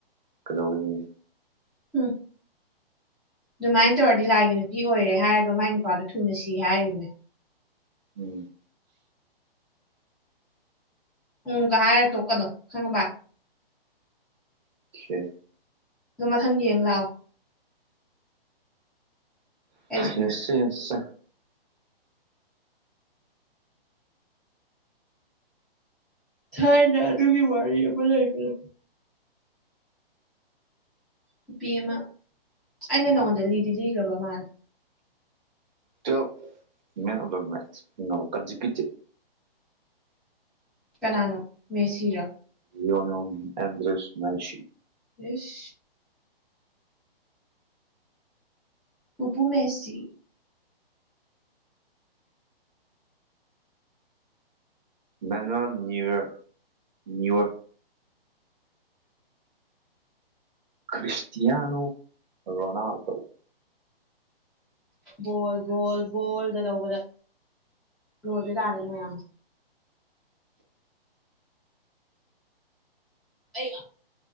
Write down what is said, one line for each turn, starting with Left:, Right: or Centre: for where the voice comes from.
Right: ꯀꯩꯗꯧꯒꯅꯤ
Centre: <unintelligible> ꯑꯗꯨꯃꯥꯏꯅ ꯇꯧꯔꯗꯤ ꯂꯥꯏꯒꯤ ꯅꯨꯄꯤ ꯑꯣꯏꯔꯦ ꯍꯥꯏꯔꯒ ꯃꯥꯏ ꯅꯨꯄꯥꯗꯨ ꯊꯨꯅ ꯁꯤ ꯍꯥꯏꯔꯤꯕꯅꯦ
Right: ꯎꯝ
Centre: ꯎꯝꯒ ꯍꯥꯏꯔ ꯇꯣꯛꯀꯅꯣ ꯈꯪꯑꯥꯕ
Right: <unintelligible>
Centre: ꯑꯗꯣ ꯃꯊꯪ ꯌꯦꯡ ꯂꯥꯛꯑꯣ ꯑꯩꯁꯨ
Right: ꯌꯦꯡꯁꯤ ꯌꯦꯡꯁꯤ
Centre: ꯊꯥꯏꯅ ꯑꯗꯨꯒꯤ ꯋꯥꯔꯤ ꯑꯃ ꯂꯩꯕꯅꯤꯥ ꯅꯨꯄꯤ ꯑꯃ ꯑꯩꯅ ꯅꯉꯣꯟꯗ ꯂꯤꯗꯤ ꯂꯤꯈ꯭ꯔꯕ ꯃꯥꯜꯂꯦ
Right: ꯑꯗꯣ ꯃꯦꯟ ꯑꯣꯐ ꯗꯤ ꯃꯦꯠꯆꯁ ꯅꯣ ꯀꯟꯖꯤꯀ꯭ꯌꯨꯇꯤꯚ
Centre: ꯀꯅꯥꯅꯣ ꯃꯦꯁꯤꯔꯣ
Right: ꯂꯤꯌꯣꯅꯦꯜ ꯑꯦꯟꯗ꯭ꯔꯦꯁ ꯃꯦꯁꯤ
Centre: ꯏꯁ ꯄꯨꯄꯨ Messi
Right: Manuel Neuer Neuer Cristiano Ronaldo
Centre: ball ball ꯕꯣꯜꯗ ꯇꯧꯕꯗ ꯂꯣꯏꯕ ꯇꯥꯔꯦꯅꯦ ꯃꯌꯥꯝ ꯑꯩꯌꯥ